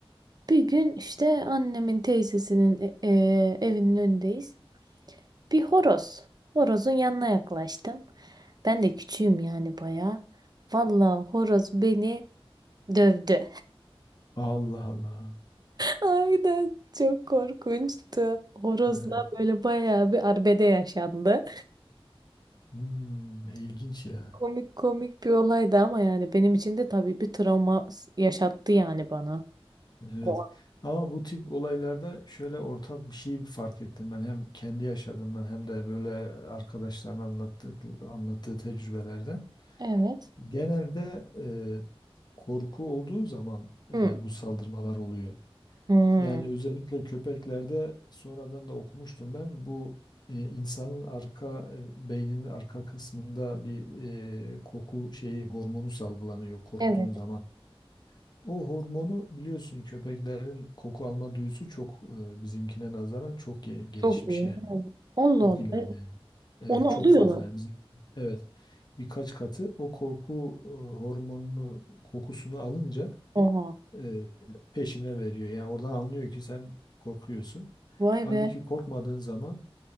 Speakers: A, on the right (about 45°); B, on the left (about 45°).
A: Bir gün işte annemin teyzesinin e, e, evinin önündeyiz. Bir horoz. Horozun yanına yaklaştım. Ben de küçüğüm yani bayağı. Vallahi horoz beni dövdü.
B: Allah Allah.
A: Aynen. Çok korkunçtu. Horozla
B: Evet.
A: böyle bayağı bir arbede yaşandı.
B: Hmm, ilginç ya.
A: Komik komik bir olaydı ama yani benim için de tabii bir travma s- yaşattı yani bana.
B: Evet.
A: O- an.
B: Ama bu tip olaylarda şöyle ortak bir şey fark ettim ben hem kendi yaşadığımdan hem de böyle arkadaşların anlattığı, anlattığı tecrübelerden.
A: Evet.
B: Genelde e, korku olduğu zaman e,
A: Hı.
B: bu saldırmalar oluyor.
A: Hı.
B: Yani özellikle köpeklerde sonradan da okumuştum ben bu e, insanın arka e, beyninin arka kısmında bir e, koku şeyi hormonu salgılanıyor korktuğun
A: Evet.
B: zaman. O hormonu biliyorsun köpeklerin koku alma duyusu çok e, bizimkine nazaran çok ge- gelişmiş
A: Çok iyi.
B: yani.
A: Evet. Allah
B: Çok
A: Allah.
B: ileride
A: Evet.
B: yani. Evet
A: Onu
B: çok
A: alıyorlar.
B: fazla yani bizim. Evet birkaç katı o korku e, hormonunu kokusunu alınca
A: Oha.
B: e, peşine veriyor. Yani oradan anlıyor ki sen korkuyorsun.
A: Vay
B: Halbuki
A: be.
B: korkmadığın zaman